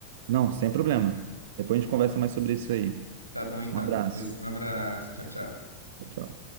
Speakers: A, on the right; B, on the right.
A: Não, sem problema. Depois a gente conversa mais sobre isso aí.
B: Tá bom então.
A: Um abraço.
B: Pois, Um abraço, tchau, tchau.
A: Tchau.